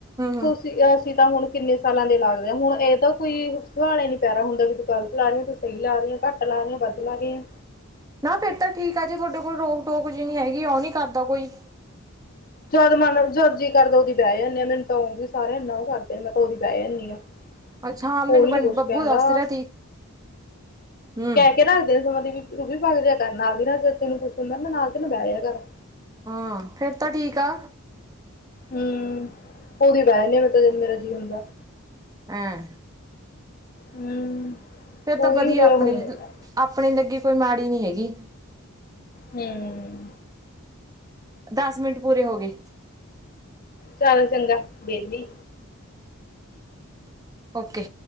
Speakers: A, on the right (about 15°); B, on the left (about 45°).
A: ਹੂੰ
B: ਤੁਸੀਂ ਅਸੀਂ ਤਾਂ ਹੁਣ ਕਿੰਨੇ ਸਾਲਾਂ ਦੇ ਲੱਗਦੇ ਹੁਣ ਏ ਤਾਂ ਕੋਈ ਸਵਾਲੇ ਨੀ ਪੈਦਾ ਹੁੰਦਾ ਵੀ ਤੂੰ ਗ਼ਲਤ ਲਾਰੀ ਏ ਤੂੰ ਸਹੀ ਲਾਰੀ ਏ ਘੱਟ ਲਾਰੀ ਏ ਵੱਧ ਲਾਰੀ ਏ।
A: ਨਾ ਫੇਰ ਤਾਂ ਠੀਕ ਆ ਜੇ ਤੁਹਾਡੇ ਕੋਲ ਰੋਕ ਟੋਕ ਜਿਹ ਨੀ ਹੈਗੀ ਔ ਨੀ ਕਰਦਾ ਕੋਈ।
B: ਜਦ ਮੰਨ ਜਦ ਜੀ ਕਰਦੈ ਉਦੀ ਬੈ ਜਾਂਣੇ ਆ ਮੈਨੂੰ ਤਾਂ ਉੰਝ ਵੀ ਸਾਰੇ ਇਨਾ ਓਹ ਕਰਦੇ ਨੇ ਮੈਂ ਤਾਂ ਉਦੀ ਬੈ ਜਾਂਣੀ ਆਂ।
A: ਅੱਛਾ ਹਾਂ ਮੈਨੂੰ
B: ਕੋਈ
A: ਬ
B: ਨੀ ਕੁਛ
A: ਬੱਬੂ
B: ਕੈੰਦਾ।
A: ਦੱਸ ਰਿਹਾ ਤੀ ਹੂੰ
B: ਕੈ ਕੇ ਨਾ ਦੇ ਸਮਾਂ ਦੀ ਵੀ ਰੁਬੀ ਪਰ ਲੇਆ ਕਰ ਨਾਲ ਦੀ ਨਾਲ ਜੇ ਤੈਨੂੰ ਕੁੱਛ ਹੁੰਦੈ ਨਾ ਨਾਲ ਤੇ ਮੈਂ ਬੈ ਜੇਆ ਕਰ
A: ਹਾਂ, ਫੇਰ ਤਾਂ ਠੀਕ ਆ।
B: ਹੂੰ। ਓਦੀ ਬੈ ਨੇ ਮੈਂ ਤਾਂ ਜਨ ਮੇਰੇ ਜੀਅ <unintelligible>
A: ਐਂ।
B: ਹੂੰ।
A: ਫੇਿਰ
B: ਕੋਈ
A: ਤਾਂ ਵਧੀਆ
B: ਉਰੇ
A: ਆਪਣੀ
B: ਉਹ ਨੀ ਹੈਗਾ
A: ਆਪਣੀ ਲੱਗੀ ਕੋਈ ਮਾੜੀ ਨੀ ਹੈਗੀ
B: ਹਮ
A: ਦਸ ਮਿੰਟ ਪੂਰੇ ਹੋ ਗਏ
B: ਚਲ ਚੰਗਾ ਵੇਲੀ
A: ਓਕੇ